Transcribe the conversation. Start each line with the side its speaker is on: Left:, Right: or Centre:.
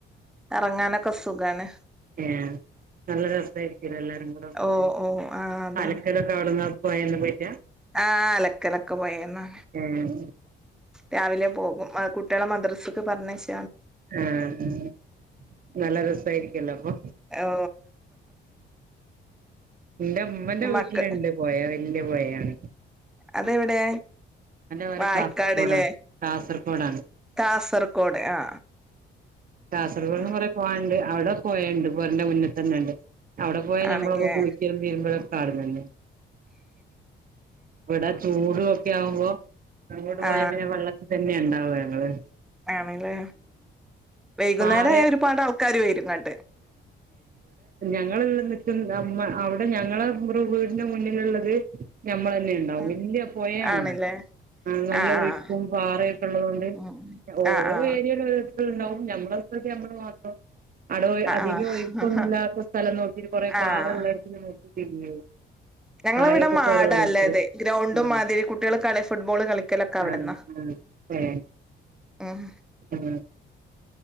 Centre: എറങ്ങാന ക്ക സുഖാണ്
Right: ഏ നല്ല രസായി ക്കൂലേ എല്ലാരും കൂടെ പോകുമ്പൊ
Centre: ഓ ഓ ആ അതാണ്
Right: അലക്കലൊക്കെ അവിടുന്നാ പൊയേന്ന് പോയിട്ടാ
Centre: ആ അലക്കലൊക്കെ പൊയേന്നാ
Right: ഏഹ്
Centre: രാവിലെ പോകും അഅ് കു ട്യോളെ മദ്രസക്ക് പറഞ്ഞയച്ച്
Right: ആ <inaudible> നല്ല രസായിരിക്കല്ലോ അപ്പൊ
Centre: ഓ
Right: ഇന്റെ ഉമ്മന്റെ വീട്ടില്ണ്ട്
Centre: മക്ക
Right: പൊയാ വൽ ല്ല്യ പൊയയാണ്
Centre: അതെവിടെ
Right: പൊര
Centre: വായക്കാട്
Right: കാസർഗോഡാണ്
Centre: ലേ
Right: കാസർഗോഡാണ്
Centre: കാസർകോഡ് ആ
Right: കാസർഗോഡ്
Centre: ആ
Right: ന്ന് കൊറെ പോവാണ്ട് അവിടെ പൊയണ്ട് പൊരേന്റെ മുന്നിത്തന്നെണ്ട് അവിടെ പോയാ
Centre: ആണല്ലേ
Right: ഞമ്മളൊക്കെ കുളിക്കും തിരുമ്പലും ഒ കാണുന്നുണ്ട് ഇബടെ ചൂ അത് ഓക്കെ ആകുമ്പോ അങ്ങോട് പോയ
Centre: ആ
Right: പിന്നെ വള്ളത്തിൽ തന്നെ ഇണ്ടാവ ഇങ്ങള്
Centre: ആണ് ല്ലേ വൈകുന്നേര
Right: പാറെ
Centre: ആയ ഒരുപാട് ആൾക്കാര് വരും ഇങ്ങട്ട്
Right: ഇങ്ങൾ നിക്ക് അവിടെ ഞങ്ങള വീടിന്റെ മുന്നിലുള്ളത് നമ്മള് തന്നെ ഇണ്ടാവും
Centre: ഉം
Right: വല്യ പപൊ ഴയാണല്ലോ.
Centre: ആണല്ലേ
Right: നല്ല
Centre: ആഹ്
Right: ഒഴുക്കും
Centre: ആഹ്
Right: പാറയും ഒക്കെ ഉള്ളത് കൊണ്ട്
Centre: ഉം
Right: ഓരോ
Centre: ആഹ് ആഹ്
Right: ഏരിയയിലും <unintelligible> <unintelligible> ഞമ്മള് മാത്രം അവിടെ അധികം
Centre: ആഹ്
Right: ഒഴുക്കൊന്നും
Centre: ആഹ്
Right: ഇല്ലാത്ത സ്ഥലം നോക്കി കൊറെ പാറള്ളോട്ത്
Centre: ആഹ്
Right: നോക്കി തിരുമ്പി
Centre: ഞങ്ങളിവിടെ
Right: ആഴയൊക്കെ
Centre: മാടാല്ലത്
Right: കൊറവുള്ളടുത്ത്
Centre: ഗ്രൗണ്ടും
Right: ആ
Centre: മാതിരി കുട്ടികൾ കളി ഫുട്ബോൾ കളിക്കലൊക്കെ അവിടുന്നാ
Right: അ അ ഏ
Centre: ഉം
Right: അ